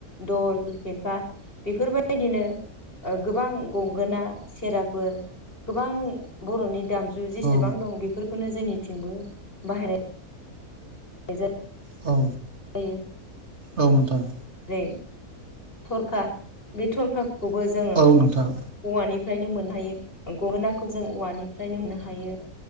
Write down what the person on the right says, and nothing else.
औ
औ।
औ नोंथां।
औ नोंथां